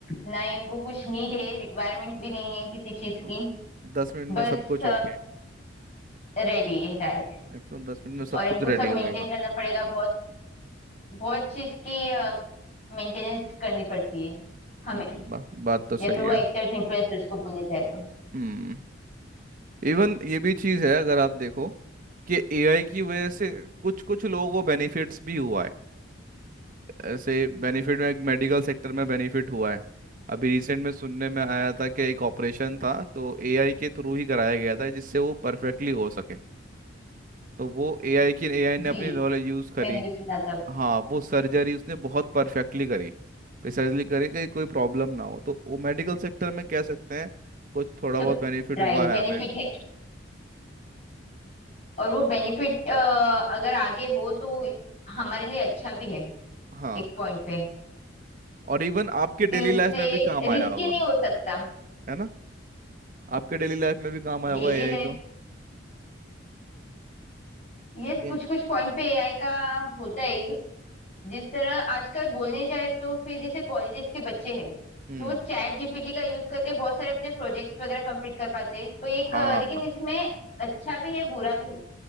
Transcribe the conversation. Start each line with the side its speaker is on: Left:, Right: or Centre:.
Left: ना ही उनको कुछ नीड है रिक्वायरमेंट भी नहीं है किसी चीज
Right: तो
Left: की
Right: दस मिनट
Left: बस
Right: में सब कुछ ओके
Left: रेडी है राइट
Right: एकदम दस मिनट में सब
Left: और इनको
Right: कुछ रेडी
Left: सब
Right: हो
Left: मेंटेन
Right: जाएगा
Left: करना पड़ेगा बहुत बहुत चीज की मेंटेनेंस करनी पड़ती है हमें
Right: हम्म, बा, बात तो सही
Left: या फिर वो
Right: है
Left: एक्टर्स इन्फ्लुएंसर्स को बोलने जाए तो
Right: हम्म इवन ये भी चीज़ है अगर आप देखो कि एआई की वजह से कुछ कुछ लोगों को बेनिफिट्स भी हुआ है ऐसे बेनिफिट में मेडिकल सेक्टर में बेनिफिट हुआ है अभी रिसेंट में सुनने में आया था कि एक ऑपरेशन था तो एआई के थ्रू ही कराया गया था जिससे वो परफेक्टली हो सके तो वो एआई की एआई ने
Left: जी
Right: अपनी नॉलेज यूज़ करी
Left: मैंने भी सुना था वो।
Right: हाँ वो सर्जरी उसने बहुत परफेक्टली करी प्रिसाइजली करी कि कोई प्रॉब्लम ना हो तो वो मेडिकल सेक्टर में कह सकते हैं कुछ थोड़ा
Left: तो
Right: बहुत बेनिफिट
Left: राइट
Right: हुआ
Left: बेनिफिट
Right: है हमें
Left: है और वो बेनिफिट अगर आगे हो तो हमारे लिए अच्छा भी है
Right: हाँ
Left: एक पॉइंट पे
Right: और इवन आपके
Left: क्योंकि
Right: डेली
Left: उससे
Right: लाइफ में भी काम
Left: रिस्की
Right: आया होगा
Left: नहीं हो सकता
Right: है ना आपके डेली लाइफ में भी काम आया होगा
Left: Daily
Right: एआई
Left: life
Right: तो
Left: यस
Right: नहीं,
Left: कुछ कुछ पॉइंट पे एआई का होता है यूज जिस तरह आजकल बोलने जाए तो फिर जैसे कॉलेजेस के बच्चे हैं
Right: हम्म
Left: तो चैट जीपीटी का यूज करके बहुत सारे अपने प्रोजेक्ट्स वगैरह कंप्लीट कर पाते हैं तो एक
Right: हाँ
Left: अ, लेकिन इसमें अच्छा भी है बुरा भी है